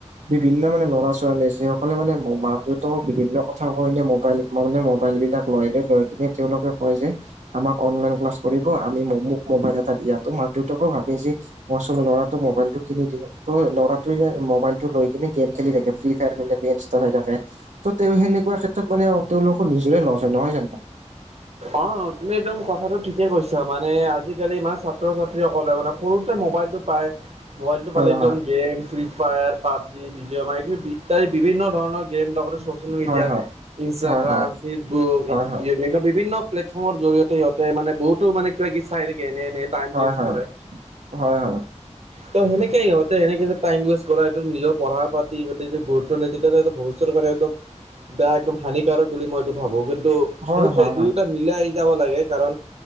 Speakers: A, on the right; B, on the right.
A: বিভিন্ন মানে ল'ৰা- ছোৱালী যিসকলে মানে মাক দেউতাকও বিভিন্ন কথা কথা কয়। মোবাইল মানে, মবাইল বিলাক লৈ- লৈ কিনে তেওঁলোকে কয় যে আমাক অনলাইন ক্লাছ কৰিব। আমি মোক মোবাইল এটা দিয়াতটো মাক দেউতাকো ভাৱে যে ছোৱালী ল'ৰা মোবাইলটো কিনি দিও ত ল'ৰাটোৱে যে মোবাইল টো লৈ কিনে গেম খেলি থাকে। ফ্ৰী ফায়াৰ খেলি থাকে, ইনষ্টা চাই থাকে। ত তেওঁ সেনেকুৱা ক্ষেত্ৰত মানে তেওঁলোকৰ নিজৰে লছ হয়, নহয় জানো?
B: অ, তুমি একদম কথাটো ঠিকে কৈছা মানে, আজিকালি ইমান ছাত্ৰ- ছাত্ৰীসকলে মানে সৰুতে মোবাইলটো পায়। মোবাইলটো
A: হয়
B: মালে একদম
A: হয়
B: গেম, ফ্ৰী- ফায়াৰ পাবজি, বিজয় মাৰ, এই ইত্যাদি বিভিন্ন ধৰণৰ গেম লগত চচেল মিডিয়া,
A: হয় হয়
B: ইনষ্টাগ্ৰাম,
A: হয় হয়
B: ফেচবুক
A: হয় হয়
B: এনেুকোৱা বিভিন্ন প্লেটফৰ্মৰ জৰিয়তে, সিহঁতে মানে বহুতো মানে, কিবি চাই থাকে, এনে- এনে। টাইম
A: হয়
B: ৱেষ্ট
A: হয়
B: কৰে।
A: হয় হয় হয়
B: ত' হেনেকে সিহঁতে টাইম ৱেষ্ট কৰা, এইটো নিজৰ পঢ়া পাতি বা নিজৰ গুৰুত্ব নিদিলে এটা বহুত বহুতৰ একদম বেয়া, একদম হানিকাৰক বুলি মই এইটো ভাবোঁ। কিন্তু
A: হয়
B: সেইটোয়ে
A: হয় হয়
B: দুয়োটা মিলাই আহ, যাব লাগে। কাৰণ